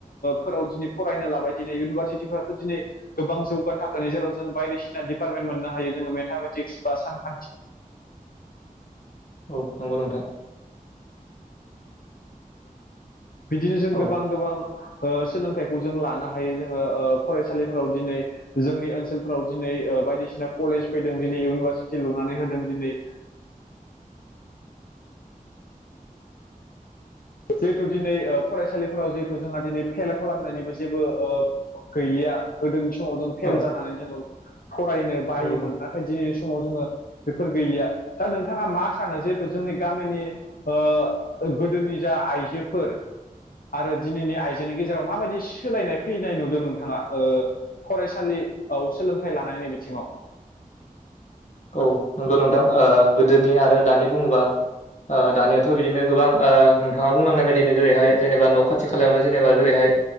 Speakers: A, on the left (about 80°); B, on the left (about 55°).
A: फोराव दिनै फरायनो लाबाय दिनै इउनिभारसिटिफोराथ' दिनै गोबां जौगा थाखोनि जेराव जों बायदिसिना दिपार्टमेन्ट मोननो हायो जोङो मेथामेटिक्स बा सानखान्थि
B: औ नंगौ नोंथां
A: बिदिनो जों
B: औ
A: गोबां गोबां सोलोंथाइखौ जों लानो हायो जोङो फरायसालिफोराव दिनै जोंनि ओनसोलफ्राव दिनै बायदिसिना कलेज फैदों दिनै इउनिभारसिटि लुनानै होदों दिनै जिहेथु दिनै फरायसालिफोराव जिहेथु जोंहा दिनै फेल खालामनायनिबो जेबो ओ गैलिया गोदोनि समाव जों फेल
B: औ
A: जानानै जोङो फरायनो बायोमोन
B: नंगौ
A: नाथाय ओमफाय दिनै समाव जोङो बेफोर गैलिया दा नोंथाङा मा सानो जिहेथु जोंनि गामिनि ओ गोदोनि जा आइजोफोर आरो दिनैनि आइजोनि गेजेराव माबायदि सोलायनाय फैनाय नुदों नोंथाङा ओ फरायसालि औ सोलोंथाइ लानायनि बिथिङाव
B: औ नंगौ नोंथां ओ गोदोनि आरो दानि बुङोबा ओ दानियाथ' बिदिनो गोबां ओ नोंथाङा बुंलांनाय बायदिनो जेरैहाय जेनेबा न' खाथि खालायावनो जेनेबा जेरैहाय